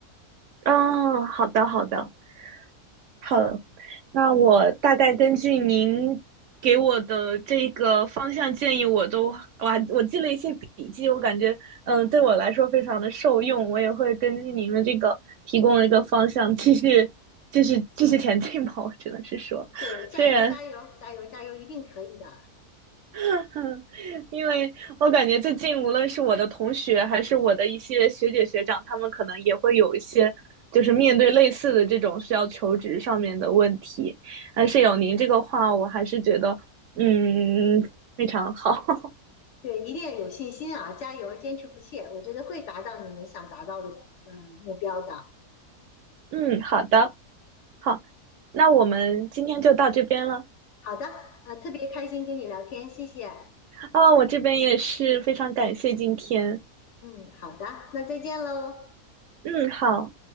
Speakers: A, on the right; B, on the left.
A: 啊，哦好的好的，好了，那我大概根据您给我的这个方向建议，我都我还我记了一些笔记，我感觉嗯、呃对我来说非常的受用，我也会根据您的这个提供的一个方向继续继续继续前进吧，我只能是说，
B: 对，加油加油加油加油，
A: 虽然
B: 一定可以的。
A: <laughs> 嗯，因为我感觉最近无论是我的同学，还是我的一些学姐学长，他们可能也会有一些，就是面对类似的这种需要求职上面的问题。但是有您这个话，我还是觉得，嗯，非常好。<laughs>
B: 对，一定要有信心啊，加油，坚持不懈，我觉得会达到你们想达到的嗯目标的。
A: 嗯，好的，好，那我们今天就到这边了。
B: 好的，呃，特别开心跟你聊天，谢谢。
A: 啊，我这边也是非常感谢今天。
B: 嗯，好的，那再见喽。
A: 嗯，好。